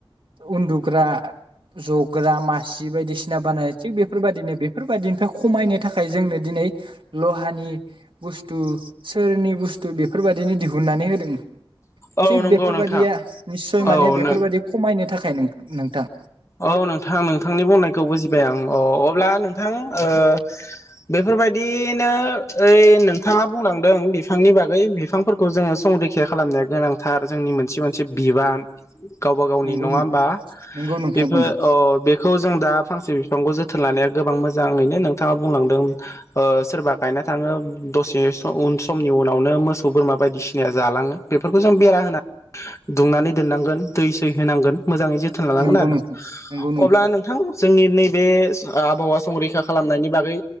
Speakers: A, on the right; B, on the left.
A: उन्दुग्रा जग्रा मासि बायदिसिना बानायो थिग बेफोरबायदिनो बेफोरबायदिनिफ्राय खमायनो थाखाय जोंनो दिनै लहानि बुस्थु सोरनि बुस्थु बेफोरबादिनो दिहुननानै होदों।
B: औ
A: थिग
B: नंगौ
A: बेफोरबायदिया
B: नोंथां
A: निस्सय माने
B: औ
A: बेफोरबायदि
B: नों
A: खमायनो थाखाय नों नोंथां
B: औ नोंथां नोंथांनि बुंनायखौ बुजिबाय आं अ अब्ला नोंथां ओ बेफोरबायदिनो ओइ नोंथांङा बुंलांदों बिफांनि बागै बिफांफोरखौ जोंङो संरैखा खालामनाया गोनांथार जोंनि मोनसे मोनसे बिबान। गावबा गावनि
A: नंगौ
B: नङा
A: नोंथां
B: होमबा
A: नंगौ नोंथां
B: बिफो
A: नंगौ
B: अ बेखौ जों दा फांसे बिफांखौ जोथोन लानाया गोबां मोजांङैनो नोंथांङा बुंलांदों ओ सोरबा गायना थांङो दसे स उन समनि उनावनो मोसौ बोरमा बायदिसिनाया जालांङो बेफोरखौ जों बेरा होना दुंनानै दोननांगोन दै सै होनांगोन मोजांङै जोथोन लानांगोन
A: नंगौ
B: आरो
A: नोंथां नंगौ
B: अब्ला नोंथां जोंनि नैबे स आबहावा संरैखा खालामनायनि बागै